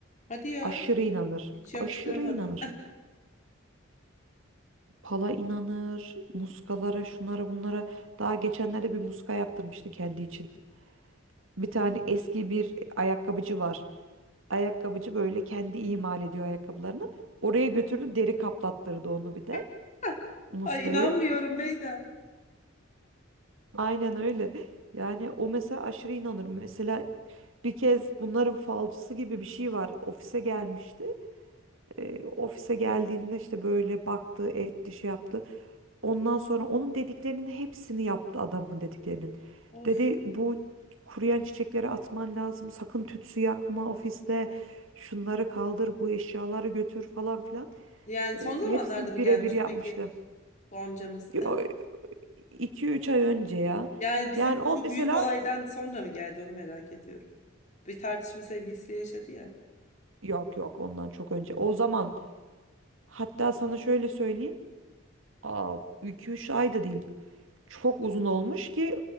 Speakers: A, on the left (about 35°); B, on the right (about 80°).
A: Hadi ya
B: Aşırı inanır.
A: hiç yakıştıramadım.
B: Aşırı inanır. Pala inanır, muskalara, şunlara, bunlara. Daha geçenlerde bir muska yaptırmıştı kendi için. Bir tane eski bir ayakkabıcı var. Ayakkabıcı böyle kendi imal ediyor ayakkabılarını. Oraya götürdü, deri kaplattırdı onu bir de
A: <laughs>
B: muskayı.
A: Ay inanmıyorum Beyda.
B: Aynen öyle. Yani o mesela aşırı inanır. Mesela bir kez bunların falcısı gibi bir şey var. Ofise gelmişti. Ee, ofise geldiğinde işte böyle baktı, etti, şey yaptı. Ondan sonra onun dediklerinin hepsini yaptı adamın dediklerinin.
A: Of.
B: Dedi bu kuruyan çiçekleri atman lazım. Sakın tütsü yakma ofiste. Şunları kaldır, bu eşyaları götür falan filan.
A: Yani son
B: Ee,
A: zamanlarda
B: hepsini
A: mı gelmişti
B: birebir yapmıştı.
A: peki bu amcamız?
B: Yo,
A: <laughs>
B: 2-3 ay önce ya.
A: Yani bizim
B: Yani o
A: şu
B: mesela
A: büyük olaydan sonra mı geldi onu merak ediyorum. Bir tartışma sevgilisiyle yaşadı ya.
B: Yok yok ondan çok önce. O zaman hatta sana şöyle söyleyeyim. Aa, 2-3 ay da değil. Çok uzun olmuş ki